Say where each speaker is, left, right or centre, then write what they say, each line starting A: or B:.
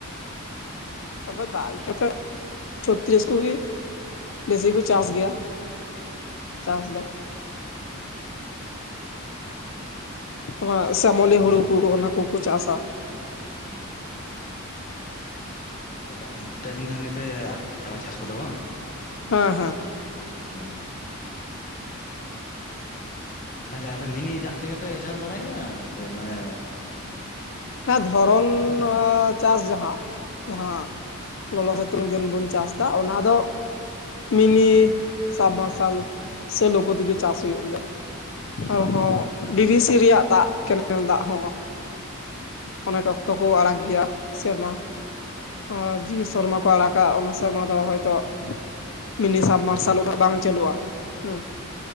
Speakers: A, on the left; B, on the left.
A: ᱛᱚᱵᱮ ᱫᱟᱜ ᱦᱮᱡ ᱠᱟᱛᱮᱜ ᱪᱷᱚᱛᱨᱤᱥ ᱠᱚᱜᱤ ᱵᱤᱥᱤ ᱠᱚ ᱪᱟᱥ ᱜᱮᱭᱟ ᱾ ᱪᱟᱥ ᱫᱚ? ᱚᱱᱟ ᱥᱮᱢᱞᱤᱤ ᱦᱩᱲᱩ ᱠᱚᱠᱚ ᱚᱱᱟ ᱠᱚᱠᱚ ᱪᱟᱥ-ᱟ᱾
B: ᱚ ᱢᱤᱫᱽ, ᱵᱟᱨ, ᱯᱮ, ᱫᱤᱱ ᱠᱷᱟᱱ ᱜᱮᱯᱮ <unintelligible> ᱪᱟᱥ ᱠᱚᱫᱚ ᱵᱟᱝ᱾
A: ᱦᱮᱸ ᱦᱮᱸ᱾
B: ᱦᱩᱸ, ᱛᱟᱦᱞᱮ ᱟᱯᱮ ᱢᱤᱱᱤ ᱫᱟᱜ ᱛᱮ ᱜᱮᱯᱮ ᱪᱟᱥ ᱵᱟᱲᱟᱭ ᱜᱮᱭᱟ ᱥᱮ ᱢᱟᱱᱮ?
A: ᱦᱮᱸ ᱫᱷᱚᱨᱚᱱ ᱪᱟᱥ ᱡᱟᱦᱟᱸ ᱡᱟᱦᱟᱸ ᱞᱚᱞᱚ ᱥᱤᱛᱩᱝ ᱫᱤᱱ ᱵᱚᱱ ᱪᱟᱥ ᱫᱟ ᱚᱱᱟ ᱫᱚ ᱢᱤᱱᱤ ᱥᱟᱵᱢᱟᱨᱥᱟᱞ ᱥᱮᱞᱳ ᱠᱚ ᱛᱮᱜᱮ ᱪᱟᱥ ᱦᱩᱭᱩᱜ ᱜᱮᱭᱟ᱾ ᱟᱨᱦᱚᱸ ᱰᱤᱵᱤᱥᱤ ᱨᱮᱭᱟᱜ ᱫᱟᱜ ᱠᱮᱱᱮᱞ ᱫᱟᱜ ᱦᱚᱸ᱾ ᱚᱱᱮᱠ ᱚᱠᱛᱚ ᱠᱚ ᱟᱲᱟᱜ ᱜᱮᱭᱟ ᱥᱮᱨᱢᱟ ᱟᱨ ᱡᱤ ᱥᱮᱨᱢᱟ ᱠᱚ ᱟᱲᱟᱜᱟ ᱚᱱᱟ ᱥᱮᱨᱢᱟ ᱫᱚ ᱦᱚᱭᱛᱚ ᱢᱤᱱᱤ ᱥᱟᱵ ᱢᱟᱨᱥᱟᱞ ᱩᱱᱟᱹᱜ ᱵᱟᱝ ᱪᱟᱹᱞᱩᱜ-ᱟ ᱦᱩᱸ,